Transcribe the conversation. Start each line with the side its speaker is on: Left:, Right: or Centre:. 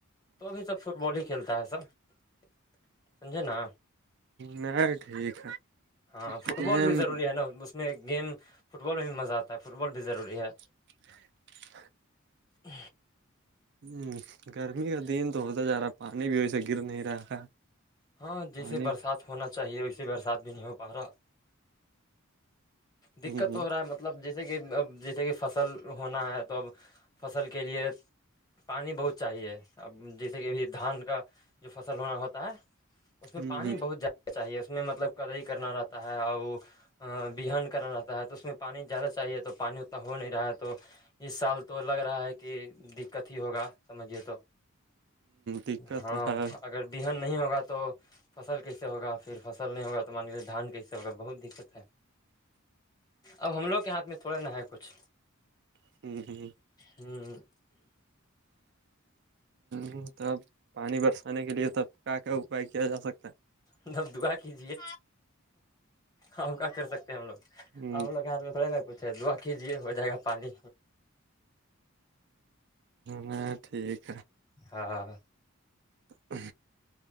Left: تو اب سب فٹ بال ہی کھیلتا ہے سا سمجھے نا
Right: میں ٹھیک
Left: ہاں فٹ
Right: لیکن
Left: بال بھی ضروری ہے نا اس میں گیم فٹ بال میں بھی مزہ آتا ہے فٹ بال بھی ضروری ہے
Right: جی
Left: ہ
Right: ہ گرمی کا دن تو ہوتا جا رہا ہے پانی بھی ویس گر نہیں رہا
Left: ہاں جیسے
Right: پانی
Left: برسات ہونا چاہیے اسیے برسات بھی نہیں ہو پا رہا دقت
Right: ہ
Left: تو ہو رہا ہے مطلب مطلب جیسے کہ جیسے کہ فصل ہونا ہے تو اب فصل کے لیے پانی بہت چاہیے اب جیسے کہبھی دھان کا جو فصل ہونا ہوتا ہے اس میں
Right: ہ
Left: پانی
Right: ہ
Left: بہت زیادہ چاہیے اس میں مطلب کدئی کرنا رہتا ہے اور بہان کرنا رہتا تو اس میں پانی زیادہ چاہیے تو پانی اتنا ہو نہیں رہا ہے تو اس سال تو لگ رہا ہے کہ دقت ہی ہوگا سمجھیے تو
Right: دقت
Left: ہاں
Right: تو ہے
Left: اگر بہان نہیں ہوگا تو تو فصل کیسے ہوگا پھر فصل نہیں ہوگا تو مان کےے دھان کیسے ہوگا بہت دقت ہے اب ہم لوگ کے ہاتھ میں تھوڑا نہا ہے کچھ
Right: ہوں
Left: ہ
Right: ہ تب پانی برسانے کے لیے تب کیا کیا اپائے کیا جا سکتا ہے
Left: نب دعا کیجیے ہم کیا کر سکتے ہیں ہم لو
Right: ہے
Left: ا ہم لوگ کے ہاتھ میں تھوڑے نا کچھ دعا کجیے ہو جائے گا پانی
Right: میں ٹھیک
Left: ہاں
Right: ہ